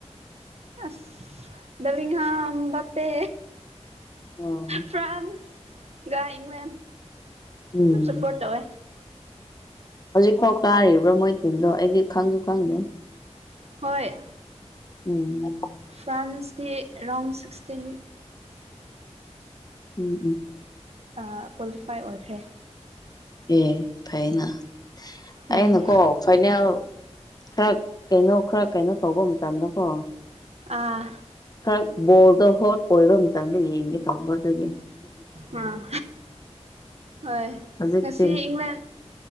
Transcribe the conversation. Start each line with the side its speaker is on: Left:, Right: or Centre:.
Right: ꯑ ꯗꯂꯤ ꯍꯥ ꯄꯦ
Left: ꯎꯝ
Right: ꯐ꯭ꯔꯥꯟꯁ ꯏꯪꯂꯪꯂ
Left: ꯎꯝ
Right: ꯑꯗꯨ ꯁꯄꯣꯠ ꯇꯧꯋꯦ
Left: ꯍꯧꯖꯤꯛꯐꯥꯎ ꯀꯥꯔꯤꯕ꯭ꯔꯣ ꯃꯣꯏ ꯇꯤꯝꯗꯣ ꯑꯩꯗꯤ ꯈꯪꯁꯨ ꯈꯪꯗꯦ
Right: ꯍꯣꯏ
Left: ꯎꯝ
Right: ꯐ꯭ꯔꯥꯟꯁꯀꯤ ꯔꯔꯥꯎꯟ ꯁꯤꯛꯁꯇꯤꯟ
Left: ꯎꯝ ꯎꯝ
Right: ꯗ ꯀ꯭ꯋꯥꯂꯤꯐꯥꯏ ꯑꯣꯏꯈ꯭ꯔꯦ
Left: ꯑꯦ ꯐꯥꯏꯅ ꯑꯩꯅꯀꯣ
Right: ꯎꯝ
Left: ꯐꯥꯏꯅꯦꯜ ꯈꯔ ꯀꯩꯅꯣ ꯈꯔ ꯀꯩꯅꯣ ꯇꯧꯕ ꯃꯇꯝꯗꯀꯣ
Right: ꯑꯥ
Left: ꯈꯔ ꯕꯣꯜꯗꯣ ꯍꯣꯠ ꯀꯣꯏꯕ ꯃꯇꯝꯗ ꯌꯦꯡꯒꯦ ꯇꯧꯕꯧꯕ ꯑꯗꯨꯒꯤ
Right: ꯑꯝ ꯍꯣꯏ
Left: ꯍꯧꯖꯤꯛꯇꯤ
Right: ꯉꯁꯤ ꯏꯪꯂꯦꯟ